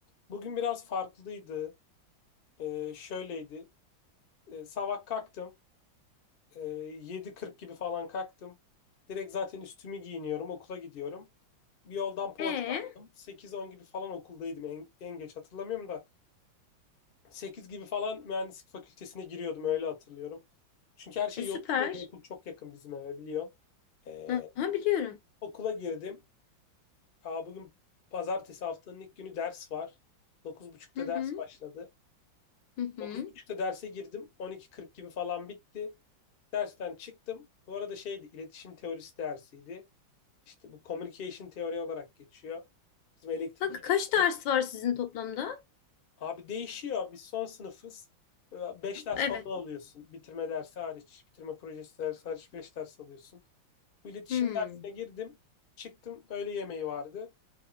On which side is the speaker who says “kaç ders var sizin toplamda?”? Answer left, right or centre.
Left